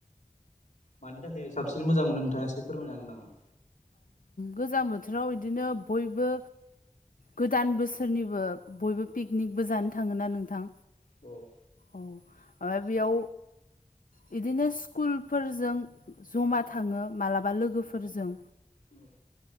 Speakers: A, on the left; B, on the left.
A: मानि थाखाय साबसिन मोजां मोनो नोंथाङा एसे फोरमायनो हागोन नामा
B: गोजां बोथोराव बिदिनो बयबो गोदान बोसोरनिबो बयबो पिकनिकबो जानो थाङोा नोंथां
A: औ
B: औ आाब आ बिदिनो स्कुलफोरजों जमा थाङो मालाबा लोगोफोरजों
A: औम